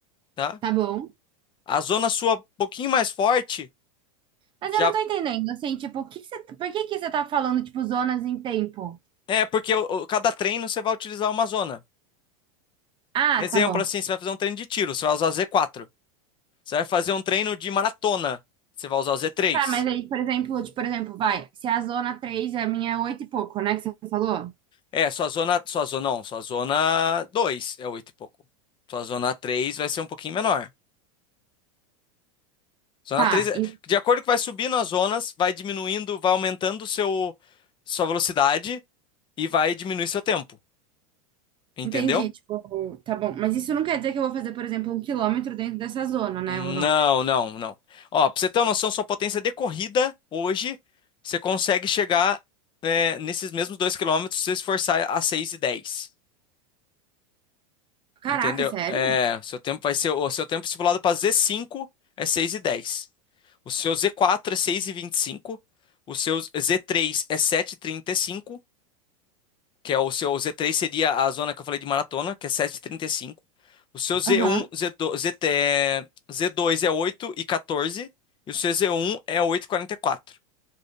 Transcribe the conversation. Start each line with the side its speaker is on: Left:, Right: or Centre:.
Left: tá?
Right: tá bom.
Left: A zona sua um pouquinho mais forte
Right: Mas
Left: já
Right: eu não tô entendendo, assim, tipo, o que que você, por que que você tá falando, tipo, zonas em tempo?
Left: é porque o- o- cada treino você vai utilizar uma zona.
Right: Ah,
Left: Exemplo
Right: tá bom.
Left: assim, você vai fazer um treino de tiro, você vai usar o z quatro Você vai fazer um treino de maratona, você vai usar o z três
Right: Tá, mas aí, por exemplo, tipo, por exemplo, vai, se a zona 3, a minha é 8 e pouco, né, que você falou?
Left: É, sua zona, sua zona não, sua zona 2 é 8 e pouco. Sua zona 3 vai ser um pouquinho menor. Zona
Right: Tá,
Left: 3 é-
Right: en-
Left: de acordo que vai subindo as zonas, vai diminuindo, vai aumentando o seu sua velocidade e vai diminuir seu tempo. Entendeu?
Right: entendi. Tipo, tá bom. Mas isso não quer dizer que eu vou fazer, por exemplo, um quilômetro dentro dessa zona, né?
Left: Não,
Right: Ou não?
Left: não, não. Ó, pra você ter uma noção, sua potência de corrida hoje, você consegue chegar é, nesses mesmos 2 quilômetros se você esforçar a seis e dez.
Right: Caraca,
Left: Entendeu?
Right: sério?
Left: É, seu tempo vai ser, o seu tempo estipulado para z cinco é seis e dez. O seu z quatro é seis e e vinte e cinco. O seu z três é sete e trinta e cinco. que é o seu Z3 seria a zona que eu falei de maratona, que é sete e trinta e cinco O seu Z1,
Right: Aham,
Left: Z2, ZT, é, Z2 é 8 e 14 e o seu Z1 é oito e quarenta e quatro